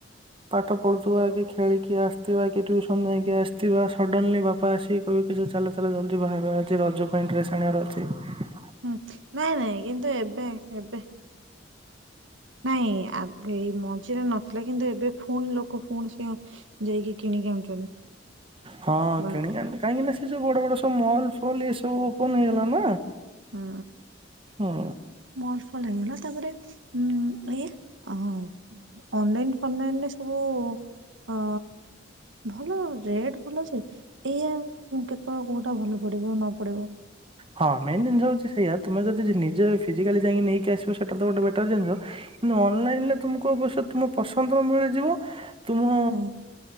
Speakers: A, on the right; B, on the right.
A: ପାଠ ପଢୁଥିବା କି ଖେଳିକି ଆସିଥିବା କି ଟ୍ୟୁସନ ଯାଇକି ଆସିଥିବା ସଡନଲି ବାପା ଆସିକି- ପ ଚାଲ ଚାଲ ଜଲ୍ଦି ବାହ ଅଛି ରଜ ପାଇଁ ଡ୍ରେସ୍ ଆଣିବାର ଅଛି-
B: ହୁଁ ନାଇଁ ନାଇଁ- କିନ୍ତୁ ଏବେ ଏବେ- ନାଇଁ ଏଇ ମଝିରେ ନଥିଲା କିନ୍ତୁ ଏବେ ପୁଣି ଲୋକ ପୁଣି ସେ- ଯାଇକି କିଣିକି ଆଣୁଛନ୍ତି
A: ହଁ
B: ବା
A: କିଣ କାହିଁକି ନା ସେ ଯ ବଡ ବଡ ସବୁ ମଲ- ସବୁ ଓପନ ହେଇଗଲା ନା-
B: ହଁ
A: ହଁ
B: ମଲ ଫଲ ହେଇଗଲା ତାପରେ ଉ ଏଇ ଅନଲାଇନ ଫାଇନରେ ସବୁ ଅ ଭଲ ରେଟ ଭଲ ଏଇଆ- ମୁଁ କେତେବେଳେ କେଉଁଟା ଭଲ ପଡ଼ିବ ନ ପଡ଼ିବ-
A: ହଁ ମେନ ଜିନିଷ ହଉଛି ସେଇୟଆ ତୁମେ ଯଦି ନିଜେ- ଫିଜାଲି ଯକ ନେଇକି ଆସ ସେଟ ତ ଗୋ ବେଟର ଜିନିଷ କିୁ ଅନଲାଇନ ରେ ତମକୁ ଅବ- ତୁମ ପସନ୍ଦର ମିଳିଯିବ- ତୁମ
B: ହୁଁ